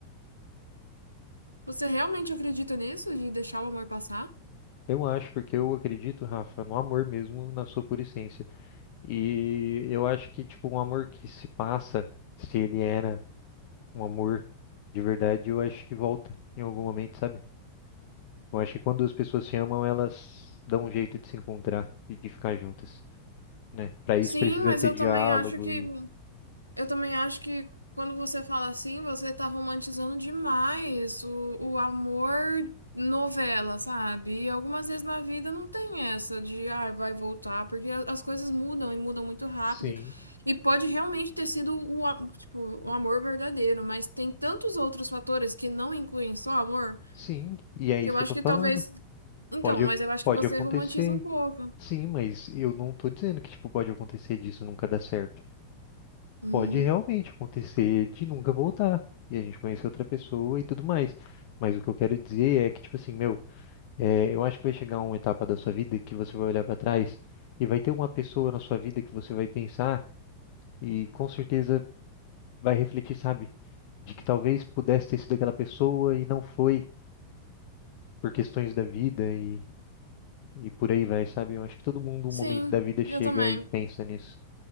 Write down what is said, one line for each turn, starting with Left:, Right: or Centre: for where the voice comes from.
Right: Você realmente acredita nisso, de deixar o amor passar?
Left: Eu acho, porque eu acredito, Rafa, no amor mesmo, na sua pura essência. E eu acho que, tipo, um amor que se passa, se ele era um amor de verdade, eu acho que volta em algum momento, sabe? Eu acho que quando as pessoas se amam, elas dão um jeito de se encontrar e de ficar juntas, né? Para isso
Right: Sim,
Left: precisa
Right: mas
Left: ter
Right: eu
Left: diálogo
Right: também acho que
Left: e
Right: Eu também acho que quando você fala assim, você tá romantizando demais o, o amor novela, sabe? E algumas vezes na vida não tem essa de, ah, vai voltar, porque a- as coisas mudam e mudam muito rápido.
Left: sim,
Right: E pode realmente ter sido o, a- tipo, o amor verdadeiro, mas tem tantos outros fatores que não incluem só amor,
Left: sim, e é
Right: que
Left: isso
Right: eu acho
Left: que eu tô
Right: que
Left: falando.
Right: talvez. Então,
Left: Pode,
Right: mas eu acho
Left: pode
Right: que você
Left: acontecer.
Right: romantiza um pouco.
Left: Sim, mas eu não tô dizendo que tipo pode acontecer disso nunca dar certo.
Right: Hum.
Left: Pode realmente acontecer de nunca voltar e a gente conhecer outra pessoa e tudo mais. Mas o que eu quero dizer é que tipo assim, meu, é, eu acho que vai chegar uma etapa da sua vida que você vai olhar para trás e vai ter uma pessoa na sua vida que você vai pensar E com certeza vai refletir, sabe? De que talvez pudesse ter sido aquela pessoa e não foi por questões da vida e, e por aí vai, sabe? Eu acho que todo mundo,
Right: Sim,
Left: um momento da vida, chega
Right: eu também.
Left: e pensa nisso,